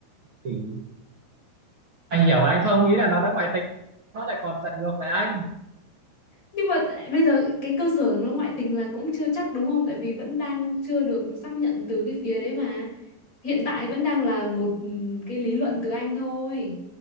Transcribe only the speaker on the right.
thì anh hiểu anh không nghĩ là nó đã ngoại tình nó lại còn giận ngược lại anh